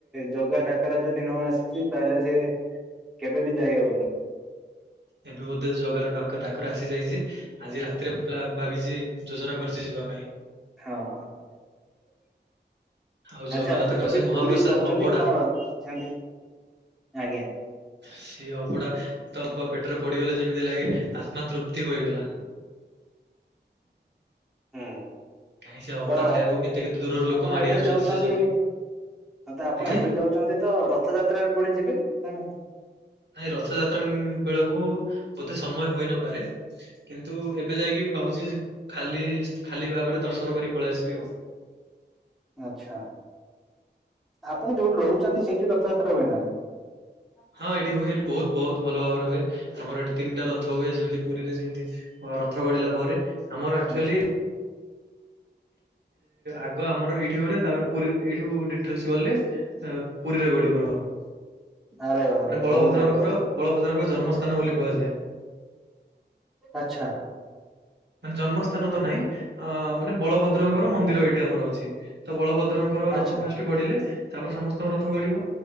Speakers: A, in the centre; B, on the right.
A: ଜଗା ଡାକରା ଯଦି ନ ଆସିଛି ତାହେଲେ ସେ କେବେ ବି ଯାଇ ହଉନି।
B: ଏବେ ବୋଧେ ଜଗାର ଡକ ଡାକରା ଆସି ଯାଇଛି। ଆଜି ରାତିରେ ପା ଭାବିଛି ଯୋଜନା କରିଛି ଯିବା ପାଇଁ।
A: ହଁ
B: ଆଉ ଜଗନ୍ନାଥଙ୍କର
A: ଆଚ୍ଛା ଯଦି
B: ସେ ମହାପ୍ରସାଦ
A: ପୁରୀ ଯାଉଛନ୍ତି
B: ଅବଢା
A: କଣ? ଏମତି ଆଜ୍ଞା।
B: ସିଏ ଅଭଡା ତ ପେଟରେ ପଡିଗଲେ ଯେମିତି ଲାଗେ ଆତ୍ମା ତୃପ୍ତି ହୋଇଗଲା।
A: ହୁଁ।
B: କାହିଁ ସେ ଅବଢା
A: ତ
B: ଖାଇବାକୁ କେତେ କେତେ ଦୂରରୁ ଲୋକ
A: ଆପଣ
B: ମାଡି
A: ଏବେ
B: ଆସୁଛନ୍ତି
A: ଯାଉଛନ୍ତି
B: ସେ ଜଗ
A: ତ ଆପଣ
B: ଆଜ୍ଞା
A: ଏବେ ଯାଉଛନ୍ତି ତ ରଥଯାତ୍ରାରେ ପୁଣି ଯିବେ ନା କଣ?
B: ନାଁଇ ରଥଯାତ୍ରା ବେଳକୁ ବୋଧେ ସମୟ ହୋଇନପାରେ କିନ୍ତୁ ଏବେ ଯାଇକି ଭାବୁଛି ଖାଲି ଖାଲି ଭାବରେ ଦର୍ଶନ କରି ପଳେଇ ଆସିବି ଆଉ।
A: ଆଚ୍ଛା ଆପଣ ଯୋଉଠି ରହୁଛନ୍ତି ସେଇଠି ରଥଯାତ୍ରା ହୁଏ ନା ନାହିଁ।
B: ହଁ ଏଠି ହୁଏ ଏଠି ବହୁତ ବହୁତ ଭଲ ଭାବରେ ହୁଏ। ଆମର ଏଠି ତିନିଟା ରଥ ହୁଏ ଯେମିତି ପୁରୀରେ ଯେମିତି ଅ ରଥ ଗଢିଲା ପରେ। ଆମର
A: ନାଇଁ
B: ଆକ୍ଚୁଆଲି
A: ଆଚ୍ଛା
B: ଆଗ ଆମର ଏଇଠି ଗ ତାପରେ ଏଇଠୁ ଡିଟେଲସ ଗଲେ ପୁରୀରେ ଗଢିବ ର <unintelligible>
A: ଆରେ
B: ମାନେ ବଳଭଦ୍ରଙ୍କର
A: ବହୁତ ବଡ କଥା
B: ବଳଭଦ୍ରଙ୍କ ଜନ୍ମସ୍ଥ ପତନ ବୋଲି କୁହାଯାଏ।
A: ଆଚ୍ଛା।
B: ମାନେ ଜନ୍ମସ୍ ତନ ତ ନାଁଇ ଅ ମାନେ ବଳଭଦ୍ରଙ୍କର ମନ୍ଦିର ଏଇଠି ଆମର ଅଛି ତ ବଳଭଦ୍ ଭଦ୍ରଙ୍କର
A: ଆଚ୍ଛା
B: ରଥ ଫାଷ୍ଟ ଗଡିଲେ ତାପରେ ସମସ୍ତଙ୍କ ରଥ ଗଢିବ।